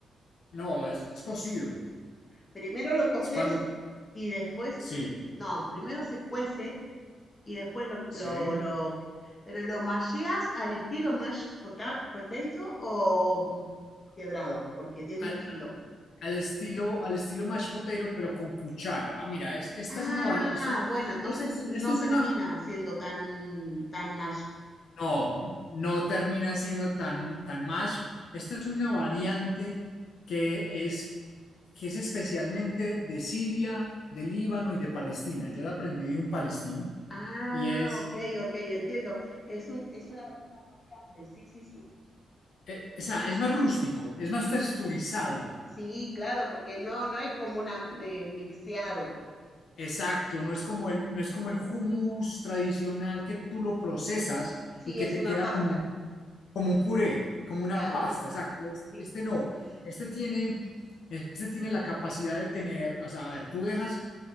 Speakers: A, on the left; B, on the left.
A: No, es cocido.
B: Primero lo coces
A: Es cuando,
B: y después,
A: sí,
B: no, primero se cuece y después lo,
A: sí.
B: lo, lo- pero lo malleas al estilo mashed pota- potato o mm, quebrado, porque es
A: Al,
B: distinto.
A: al estilo, al estilo mashed potato, pero con cuchara. Ah, mira, es- esta
B: Ah,
A: es una bar, esta es,
B: bueno, entonces
A: esta es,
B: no
A: esta es
B: termina
A: una,
B: siendo tan, tan mash.
A: no, no termina siendo tan, tan mash. Esta es una variante que es, que es especialmente de Siria, de Líbano y de Palestina. Yo la aprendí de un palestino
B: Ah,
A: y es,
B: ok, ok, entiendo.
A: eh,
B: Es un, es una, una variante, sí, sí, sí.
A: eh, o sea, es más rústico, es más texturizado
B: Sí, claro, porque no, no es como una eh, mixeado.
A: Exacto, no es como el, no es como el hummus tradicional que tú lo procesas
B: Sí,
A: y que
B: es
A: te
B: una
A: queda
B: pasta,
A: como, un- como un puré, como una
B: claro,
A: pasta, exacto. Es-
B: sí.
A: Este no, este tiene, este tiene la capacidad de tener, o sea, a ver, tú dejas,